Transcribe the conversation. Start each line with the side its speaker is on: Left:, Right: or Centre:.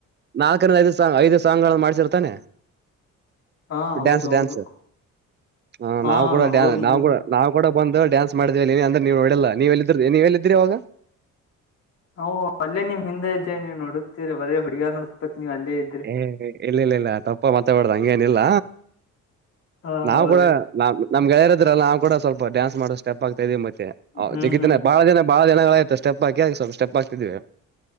Right: ನಾಲ್ಕರಿಂದ ಐದು ಸಾಂಗ್ ಐದು ಸಾಂಗ್ ಗಳನ್ನು ಮಾಡಿಸಿಿರ್ತಾನೆ.
Left: ಹಾ ಹೌದೌದು
Right: ಡ್ಯಾನ್ಸ್ ಡ್ಯಾನ್ಸ್ ಹ
Left: ಹಾ
Right: ನಾವು ಕೂಡ ಡ
Left: ಹೌದು
Right: ನಾವು
Left: ನೋ
Right: ಕೂಡ. ನಾವವು ಕೂಡ ಬಂದು ಡ್ಯಾನ್ಸ್ ಮಾಡೇವ ನೀ ಅಂದ್ರೆ ನೀವು ನಡಲ್ಲ ನೀವಲ್ಲ ಇದ್ರ ನೀವಲ್ಲ ಇದ್ರರಿವಾಗ.
Left: ಹ್ ಅಲ್ಲೇ ನಿಮ್ ಹಿಂದೆ ಇದ್ದೆ ನೀವು ನೋಡ್ತೀರ ಒರೇ ಹುಡುಗಾರ್ ನಡ್ಸ್ತೇತ್ ನೀವ್ ಅಲ್ಲೇ ಇದ್ದೆ
Right: ಹ ಇಲ್ಲ ಇಲ್ಲ ಇಲ್ಲ ತಪ್ಪ ಮತ್ತಬ್ದ ಹಂಗಗೆೇನಿಲ್ಲ
Left: ಹಾ
Right: ನಾವ್
Left: ಹೌದೇ
Right: ಕೂಡ. ನಾ ನಮ್ಗೆೆಯರ್ರಲ್ಲ ನಾ ಕೂಡ ಸ್ವಲ್ಪ ಡಾನ್ಸ್ ಮಾಡೋ ಸ್ಟೆಪ್ ಆಗ್ತಾ ಇದೇ ಮತ್ತೆ. ಹಾ್
Left: ಹ್ಮ್
Right: ಜಗತ್ತಿನ
Left: ಹ್ಮ್
Right: ಬಾಳ ಜಿನ ಬಾಳ ಜನಗಳ ಆತ ಸ್ಟೆಪ್ ಹಾಕಿ ಸ್ವಲ್ಪ ಸ್ಟೆಪ್ ಹಾಕ್ತಿದ್ವಿ.